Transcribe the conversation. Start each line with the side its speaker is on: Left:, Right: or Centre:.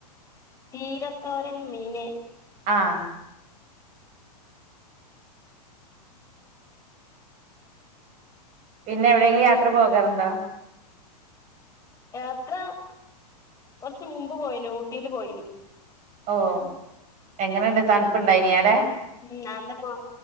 Left: ചീരത്തോരൻ മീന്
Right: ആഹ് പിന്നെ എവിടെയെങ്കിലും യാത്ര പോകാറുണ്ടോ
Left: യാത്ര കുറച്ച് മുമ്പ് പോയന് ഊട്ടിയില് പോയന്
Right: ഓ എങ്ങനെുണ്ട് തണുപ്പുണ്ടായിനിടെ
Left: ഉം അന്നപ്പോ